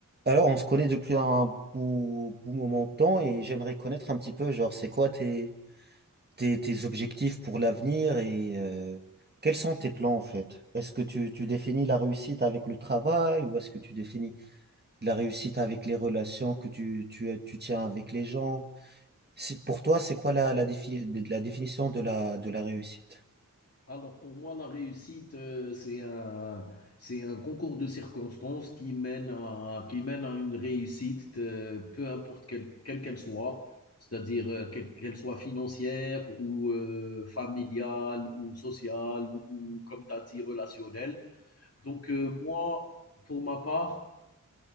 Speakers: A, on the right; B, on the left.
A: Alors, on se connaît depuis un beau, beau moment de temps et j'aimerais connaître un petit peu, genre, c'est quoi tes, tes, tes objectifs pour l'avenir et euh, quels sont tes plans en fait? Est-ce que tu, tu définis la réussite avec le travail ou est-ce que tu définis la réussite avec les relations que tu, tu, tu tiens avec les gens? C'est, pour toi, c'est quoi la, la, défi- de- la définition de la, de la réussite?
B: Alors pour moi, la réussite, euh, c'est un, c'est un concours de circonstances qui mène à, qui mène à une réussite, euh, peu importe quelle quelle qu'elle soit, c'est-à-dire euh, quelle qu'elle soit financière ou euh, familiale ou sociale ou, comme tu as dit, relationnelle. Donc euh, moi, pour ma part,